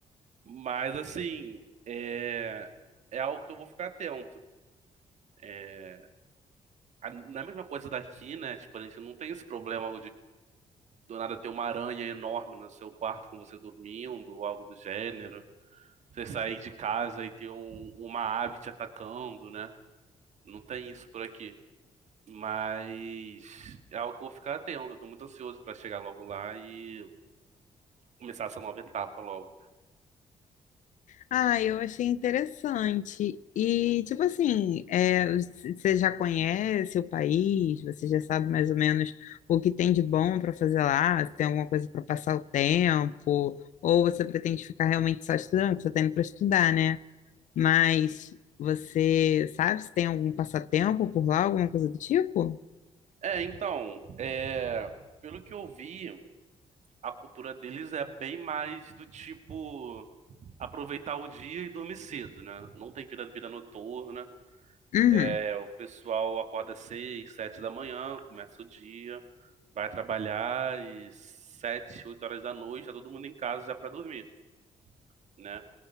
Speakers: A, on the right; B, on the left.
A: Mas, assim, é, é algo que eu vou ficar atento. É, A- Não é a mesma coisa daqui, né? Tipo, a gente não tem esse problema do nada ter uma aranha enorme no seu quarto com você dormindo, ou algo do gênero. Você sair de casa e ter um- uma ave te atacando, né? Não tem isso por aqui. Mas é algo que eu vou ficar atento. Eu tô muito ansioso pra chegar logo lá e começar essa nova etapa logo.
B: Ah, eu achei interessante. E, tipo assim, é, você já conhece o país? Você já sabe mais ou menos o que tem de bom para fazer lá? Se tem alguma coisa para passar o tempo? Ou você pretende ficar realmente só estudando? Porque Você está indo para estudar, né? Mas
A: Uhum.
B: você sabe se tem algum passatempo por lá, alguma coisa do tipo?
A: É, então, é, pelo que eu vi, a cultura deles é bem mais do tipo aproveitar o dia e dormir cedo, né? Não tem vida, vida noturna.
B: Uhum.
A: É, o pessoal acorda seis, sete da manhã, começa o dia, vai trabalhar e sete, oito horas da noite, tá todo mundo em casa já para dormir, né?